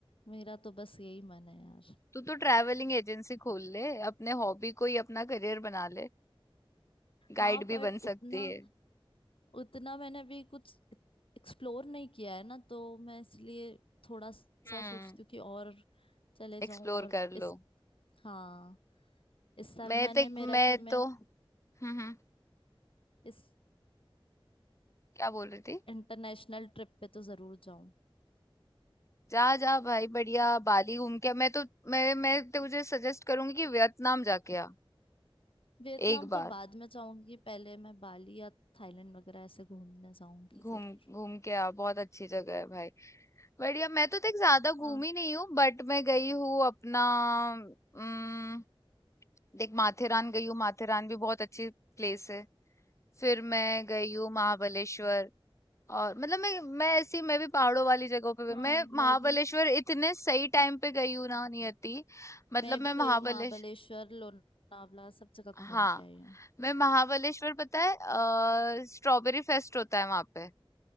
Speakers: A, on the left; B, on the left.
A: मेरा तो बस यही मन है यार
B: तू तो ट्रैवलिंग एजेंसी खोल ले अपने हॉबी को ही अपना करियर बना ले गाइड
A: हाँ
B: भी
A: बट
B: बन
A: उतना
B: सकती है
A: उतना मैंने भी कुछ एक्सप्लोर नहीं किया है ना तो मैं इसलिए थोड़ा सा
B: हम्म
A: सोचती हूँ कि और चले जाऊं
B: एक्सप्लोर
A: और
B: कर
A: इस
B: लो
A: हाँ इस साल
B: मैं
A: मैंने
B: तो
A: मेरा
B: मैं
A: कि मैं
B: तो हम्म हम्म,
A: इस
B: क्या बोल रही थी
A: इंटरनेशनल ट्रिप पे तो जरूर जाऊं
B: जा जा भाई बढ़िया बाली घूम के मैं तो मैं मैं तुझे सजेस्ट करूंगी कि वियतनाम जाके आ
A: वियतनाम
B: एक बार
A: तो बाद में जाऊंगी पहले मैं बाली या थाईलैंड वगैरह ऐसे घूमने जाऊंगी
B: घूम
A: जरूर
B: घूम के आ बहुत अच्छी जगह है भाई बढ़िया मैं तो देख ज्यादा
A: हाँ
B: घूमी नहीं हूँ बट मैं गई हूँ अपना उम, देख माथेरान गई हूँ माथेरान भी बहुत अच्छी प्लेस है फिर मैं गई हूँ महाबलेश्वर और मतलब मैं मैं ऐसी मैं भी पहाड़ों वाली जगहों पे भी-
A: हाँ
B: मैं
A: मैं
B: महाबलेश्वर
A: भी
B: इतने सही टाइम पे गई हूँ ना नियति मतलब
A: मैं भी
B: मैं
A: गई
B: महाबलेश्वर
A: हूँ महाबलेश्वर लोनावला सब जगह
B: हाँ
A: घूम के आई हूँ
B: मैं महाबलेश्वर पता है अ, स्ट्रॉबेरी फेस्ट होता है वहां पे